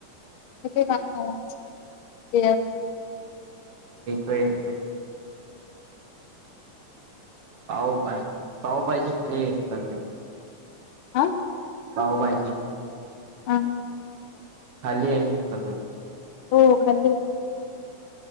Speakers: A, on the left; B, on the right.
A: येतोय काय आवाज क्लियर
B: येतोय, येतोय. <unintelligible>
A: आं?
B: पावभाजी
A: हां.
B: खाल्ली आहेत सगळी
A: हो खाल्ली.